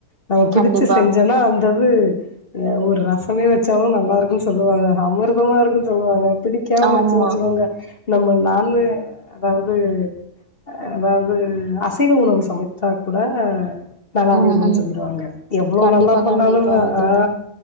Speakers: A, on the left; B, on the right.
A: நம்ம பிடிச்சு
B: கண்டிப்பா
A: செஞ்சோன்னா அந்த இது அ ஒரு ரசமே வச்சாலு நல்லா இருக்குன்னு சொல்லுவாங்க அமிர்தமா இருக்குன்னு சொல்லுவாங்க பிடிக்காம
B: ஆமா
A: வச்ச வச்சுக்கோங்க நம்ம நான் வெ அதாவது அ அதாவது அசைவ உணவு சமச்சாக் கூட நல்லாவே
B: ம்
A: இல்லன்னு
B: ம்
A: சொல்லி திட்டு வாங்க எவ்ளோ
B: கண்டிப்பா
A: நல்லா பண்ணாலு
B: கண்டிப்பா
A: தா
B: தோழி
A: ஆ